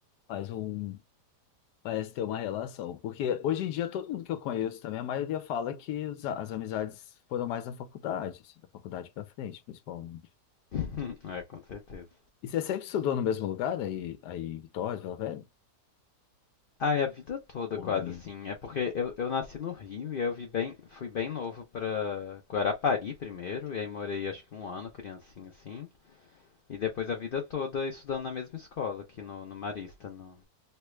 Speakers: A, on the left (about 80°); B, on the left (about 65°).
A: faz um. Parece ter uma relação, porque hoje em dia todo mundo que eu conheço também, a maioria fala que os- as amizades foram mais na faculdade, assim, da faculdade para frente, principalmente.
B: <laughs> É, com certeza.
A: E você sempre estudou no mesmo lugar, aí, aí em Vitória, Vila Velha?
B: Ah, e a vida toda quase
A: Ou em
B: assim. É porque eu, eu nasci no Rio e eu vi bem, fui bem novo pra Guarapari primeiro, e aí morei acho que um ano, criancinha assim, e depois a vida toda estudando na mesma escola, aqui no, no Marista, no,